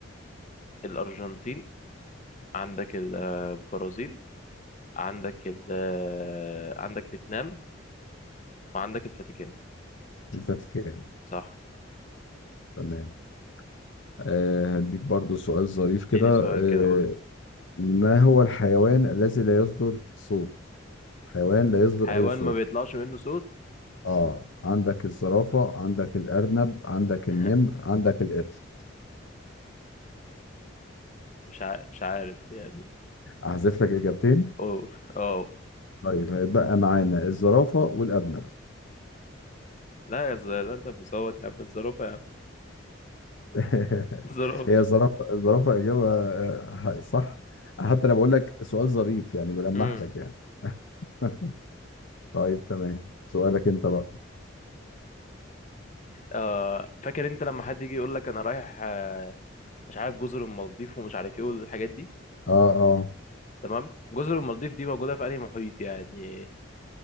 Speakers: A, on the left (about 35°); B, on the left (about 70°).
A: الارجنتين عندك ال- البرازيل عندك ال- آه، عندك فيتنام وعندك الفاتيكان
B: الفاتيكان
A: صح
B: تمام آه، هديك برضو سؤال ظريف
A: اديني
B: كده
A: سؤال
B: آه،
A: كده قول
B: ما هو الحيوان الذي لا يصدر صوت حيوان لا يصدر
A: حيوان
B: أي صوت
A: ما بيطلعش منه صوت
B: اه عندك الزرافة عندك الأرنب عندك النمر
A: <laughs>
B: عندك القرش
A: مش عارف مش عارف يعني
B: أحذف لك إجابتين
A: اوه اوه
B: طيب هيتبقى معانا الزرافة والأرنب
A: لا يا الارنب بيصوت يا عم الزرافة يا عم
B: <laughs>
A: <laughs> الزرافة
B: هي زرافة الزرافة إجابة آه، صح حتى أنا بقول لك سؤال ظريف يعني بلمح
A: امم
B: لك يعني <laughs> طيب تمام سؤالك أنت بقى
A: آه فاكر انت لما حد يجي يقول لك انا رايح آه مش عارف جزر المالديف ومش عارف ايه والحاجات دي
B: اه اه
A: تمام جزر المالديف دي موجودة في أنهي محيط يعني